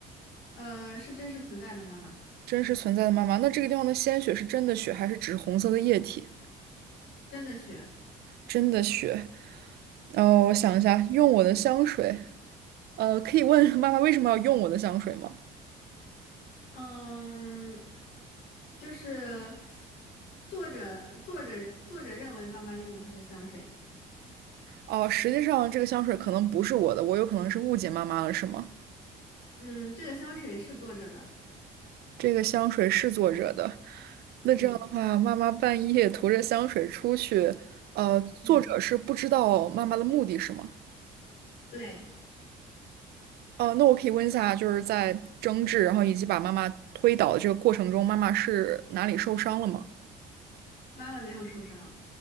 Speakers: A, on the left; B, on the right.
A: 呃，是真实存在的妈妈，
B: 真实存在的妈妈，那这个地方的鲜血是真的血，还是只是红色的液体？
A: 真的血。
B: 真的血。然后我想一下，用我的香水。呃，可以问妈妈为什么要用我的香水吗？
A: 嗯，就是作者作者作者认为妈妈用了他的香水，
B: 哦，实际上这个香水可能不是我的，我有可能是误解妈妈了，是吗？
A: 嗯，这个香水是作者的，
B: 这个香水是作者的。那这样的话，
A: 嗯
B: 妈妈半夜涂着香水出去，呃，作者是不知道妈妈的目的是吗？
A: 嗯，对，
B: 哦，那我可以问一下，就是在争执，然后以及把妈妈推倒的这个过程中，妈妈是哪里受伤了吗？
A: 妈妈没有受伤，